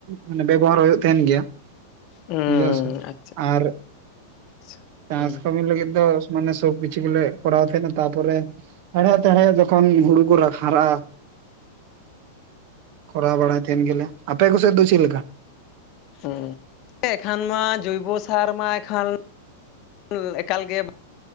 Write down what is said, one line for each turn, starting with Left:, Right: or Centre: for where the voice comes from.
Right: ᱢᱟᱱᱮ ᱵᱮᱵᱚᱦᱟᱨ ᱦᱩᱭᱩᱜ ᱛᱟᱦᱮᱱ ᱜᱮᱭᱟ
Left: ᱦᱩᱸ
Right: ᱵᱩᱡᱷᱟᱹᱣ ᱥᱮ
Left: ᱟᱪᱪᱷᱟ
Right: ᱟᱨ
Left: ᱟᱪᱪᱷᱟ
Right: ᱪᱟᱥ
Left: ᱦᱩᱸ
Right: ᱠᱟᱹᱢᱤ ᱞᱟᱹᱜᱤᱫ ᱫᱚ ᱢᱟᱱᱮ ᱥᱚᱵ ᱠᱤᱪᱷᱩ ᱜᱮᱞᱮ ᱠᱚᱨᱟᱣ ᱛᱟᱦᱮᱸᱱᱟ ᱛᱟᱨᱯᱚᱨᱮ ᱦᱮᱬᱦᱮᱫ ᱛᱮᱬᱦᱮᱫ ᱡᱚᱠᱷᱚᱱ ᱦᱩᱲᱩ ᱠᱩ ᱦᱟᱨᱟᱜ-ᱟ᱾ ᱠᱚᱨᱟᱣ ᱵᱟᱲᱟᱭ ᱛᱟᱦᱮᱱ ᱜᱮᱞᱮ᱾ ᱟᱯᱮ ᱠᱚ ᱥᱮᱫ ᱫᱚ ᱪᱮᱫ ᱞᱮᱠᱟ?
Left: ᱦᱩᱸ᱾ ᱮᱠᱷᱟᱱ ᱢᱟ ᱡᱚᱭᱵᱳ ᱥᱟᱨ ᱢᱟ ᱮᱠᱷᱟᱱ ᱮᱠᱟᱞ ᱮᱠᱟᱞᱜᱮ